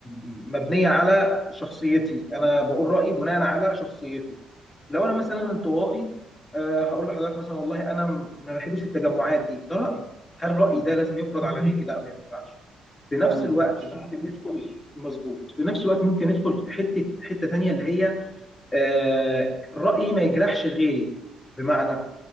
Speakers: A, on the left; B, on the right.
A: مبنية على شخصيتي انا بقول رأيي بناء على شخصيتي لو انا مثلا انطوائي آه، هقول لحضرتك مثلا والله انا ما بحبش التجمعات دي ده رأيي هل رأيي
B: مم.
A: ده لازم يفرض على غيري لا ما ينفعش في نفس
B: ده ما ينفعش
A: الوقت ممكن ندخل مظبوط في نفس الوقت ممكن ندخل في حتة حتة تانية اللي هي آه، رأيي ما يجرحش غيري بمعنى